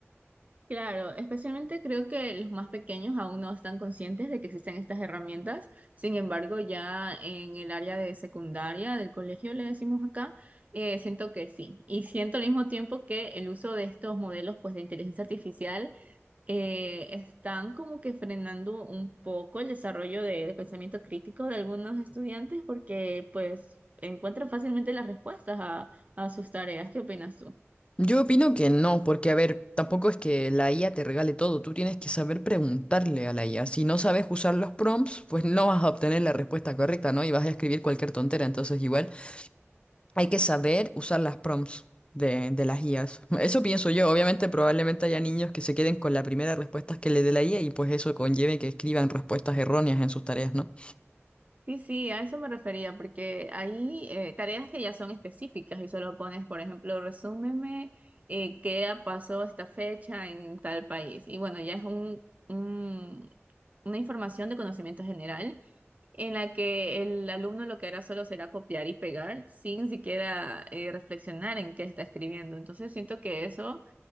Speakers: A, on the right (about 30°); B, on the left (about 25°).
A: Claro, especialmente creo que los más pequeños aún no están conscientes de que existen estas herramientas. Sin embargo, ya en el área de secundaria del colegio, le decimos acá, eh, siento que sí. Y siento al mismo tiempo que el uso de estos modelos pues, de inteligencia artificial eh, están como que frenando un poco el desarrollo de- del pensamiento crítico de algunos estudiantes porque pues encuentran fácilmente las respuestas a, a sus tareas. ¿Qué opinas tú?
B: Yo opino que no, porque a ver, tampoco es que la IA te regale todo, tú tienes que saber preguntarle a la IA. Si no sabes usar los prompts, pues no vas a obtener la respuesta correcta, ¿no? Y vas a escribir cualquier tontera, entonces igual hay que saber usar las prompts de, de las IAs. <laughs> Eso pienso yo, obviamente probablemente haya niños que se queden con la primera respuesta que le dé la IA y pues eso conlleve que escriban respuestas erróneas en sus tareas, ¿no?
A: Sí, sí, a eso me refería, porque hay eh, tareas que ya son específicas y solo pones, por ejemplo, resúmeme eh, qué ha- pasó esta fecha en tal país. Y bueno, ya es un, un- una información de conocimiento general en la que el alumno lo que hará solo será copiar y pegar sin siquiera eh, reflexionar en qué está escribiendo. Entonces siento que eso